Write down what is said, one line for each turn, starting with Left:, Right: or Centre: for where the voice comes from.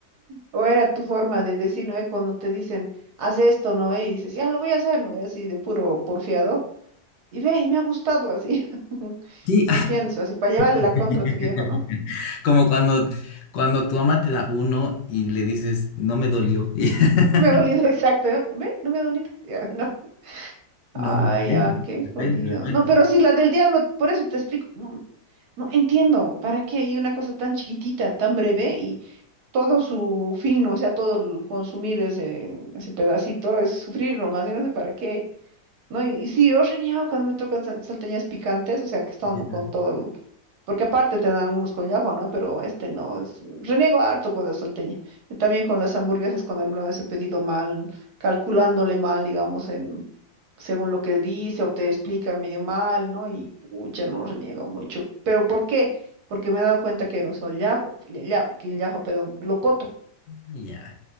Right: O era tu forma de decir, ¿no? ve? Cuando te dicen, haz esto, ¿no? ve? Y dices, ya lo voy a hacer, ¿no? ve? Así de puro porfiado. Y ve, y me ha gustado así. <laughs>
Left: Sí,
Right: ¿Me entiendes? Así para llevarle
Left: <laughs>
Right: la contra a tu viejo, ¿no?
Left: Como cuando, cuando tu mamá te da uno y le dices, no me dolió. <laughs>
Right: No me ha dolido, <laughs> exacto. ¿eh? ¿Ve? No me ha dolido. <laughs> Ya, no. Ay,
Left: No, depende,
Right: ya, qué
Left: depende,
Right: jodido.
Left: depende.
Right: No, pero sí, la del diablo, por eso te explico. No, no, no entiendo. ¿Para qué? Y una cosa tan chiquitita, tan breve, y todo su fin, o sea, todo el consumir ese, ese pedacito es sufrir nomás. Yo no sé para qué. No, y, y sí, yo reniego cuando me tocan sal- salteñas picantes, o sea, que están
Left: Ya.
Right: con todo el... Porque aparte te dan algunos con llajua, ¿no? Pero este no, es... reniego harto con la salteña. Y también con las hamburguesas, cuando alguna vez he pedido mal, calculándole mal, digamos, en... según lo que dice o te explican medio mal, ¿no? Y pucha, no reniego mucho. ¿Pero por qué? Porque me he dado cuenta que no uso llajua, lla- lla- que llajua, perdón, locoto.
Left: ya.